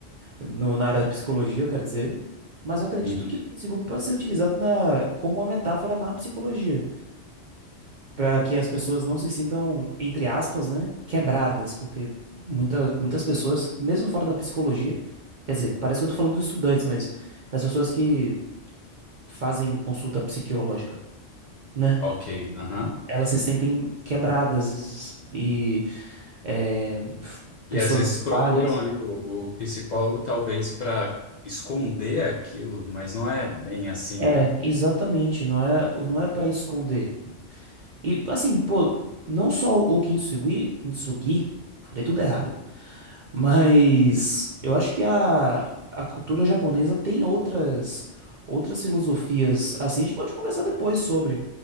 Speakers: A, on the right; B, on the left.
A: no, na área da psicologia, eu quero dizer. Mas eu acredito
B: Uhum.
A: que o Kinseego pode ser utilizado na, como uma metáfora na psicologia, para que as pessoas não se sintam, entre aspas, né, quebradas, porque muitas, muitas pessoas, mesmo fora da psicologia, quer dizer, parece que eu tô falando dos estudantes, mas das pessoas que fazem consulta psiquiológica, né?
B: Ok, aham.
A: elas se sentem quebradas e é, f- pessoas
B: E às vezes procuram
A: falhas.
B: ali o, o psicólogo, talvez para esconder aquilo, mas não é bem assim,
A: É,
B: né?
A: exatamente, não é, não é para esconder. E assim, pô, não só o Kintsugi, Kintsugi, falei tudo errado, mas eu acho que a, a cultura japonesa tem outras outras filosofias. Assim, a gente pode conversar depois sobre.